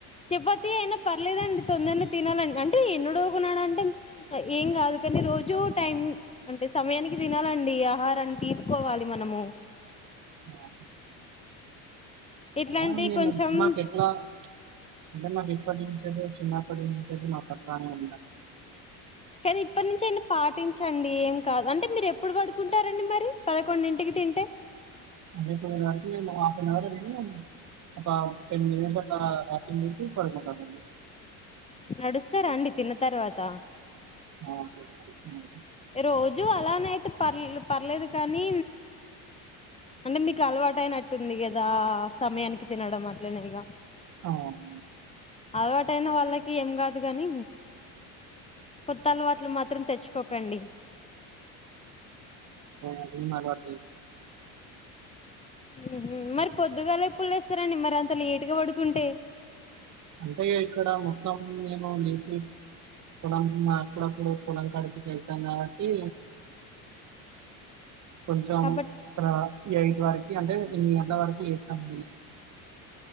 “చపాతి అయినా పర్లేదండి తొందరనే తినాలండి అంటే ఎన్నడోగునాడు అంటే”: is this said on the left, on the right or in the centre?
Left